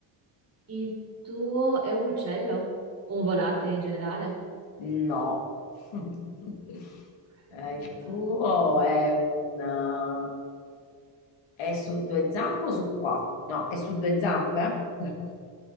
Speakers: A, on the right (about 35°); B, on the left (about 85°).
A: Il tuo è un uccello? O Un volatile in generale?
B: No. <laughs>
A: Ok,
B: Eh,
A: non è un
B: il
A: volatile.
B: tuo è un... eh, è su due zampe o su quattro? No, è su due zampe? Ecco,